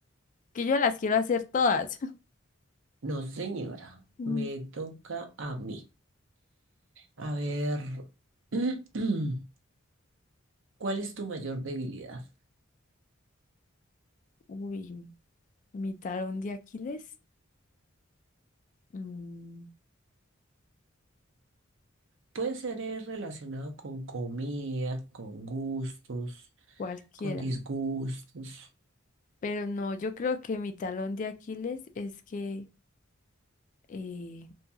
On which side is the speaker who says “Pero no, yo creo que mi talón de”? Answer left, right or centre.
Left